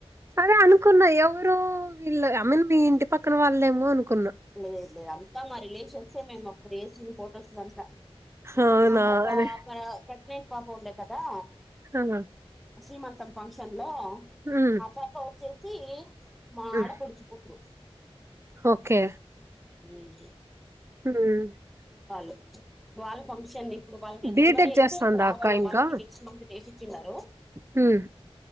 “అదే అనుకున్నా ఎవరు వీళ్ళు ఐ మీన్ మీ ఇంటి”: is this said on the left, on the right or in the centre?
Right